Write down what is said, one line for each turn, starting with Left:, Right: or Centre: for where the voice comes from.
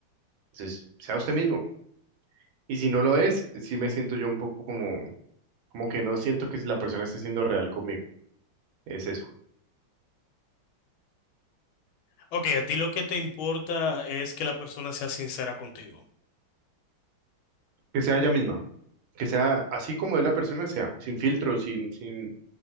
Right: Entonces, sea usted mismo. Y si no lo es, sí me siento yo un poco como, como que no siento que la persona esté siendo real conmigo. Es eso.
Left: Ok, a ti lo que te importa es que la persona sea sincera contigo.
Right: Que sea ella misma. Que sea así como es la persona, sea, sin filtro, sin, sin,